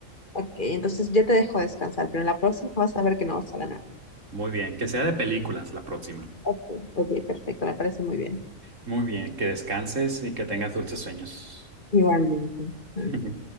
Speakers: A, on the left; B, on the right.
A: ok, entonces ya te dejo descansar, pero la próxima vas a ver que no vas a ganar.
B: Muy bien, que sea de películas la próxima.
A: Ok, ok, perfecto, me parece muy bien.
B: Muy bien, que descanses y que tengas dulces sueños.
A: Igualmente. Ah.
B: <laughs>